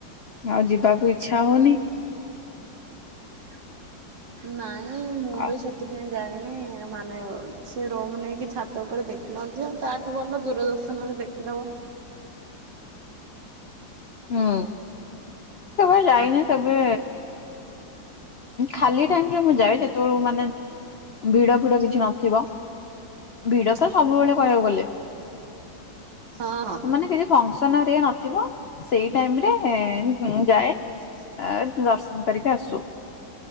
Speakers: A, on the left; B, on the right.
A: ଆଉ ଯିବାକୁ ଇଛା ହଉନି।
B: <inaudible> ନାଇଁ ମୁଁ
A: ଆଉ
B: ବି ସେଥିପାଇଁ ଯାଏନି ମାନେ ସେ ରୁମ ନେଇକି ଛାତ ଛାତ ଉପରେ ଦେଖିନଥିବ ତାଠୁ ଭଲ ଦୂରଦର୍ଶନ ରେ ଦେଖିଦବ।
A: ହୁଁ କେବେ ଯାଇନି
B: ହଁ ଯାଇକି
A: କେବେ ଖାଲି ଟାଇମରେ ମୁଁ ଯାଏ ଯେତେବେଳେ ମାନେ ଭିଡ଼ ଫିଡ କିଛି ନଥିବ। ଭିଡ଼
B: ଦର୍ଶନ
A: ତ ସବୁବେଳେ କହିବାକୁ ଗଲେ ସେମାନେ
B: ହଁ ହଁ
A: କିଛି ଫଙ୍କସନ୍ ହେଇକା ନଥିବ ସେଇ ଟାଇମ ରେ ମୁଁ ଯାଏ।
B: <inaudible>
A: ଏ ଦର୍ଶନ କରିକି ଆସୁ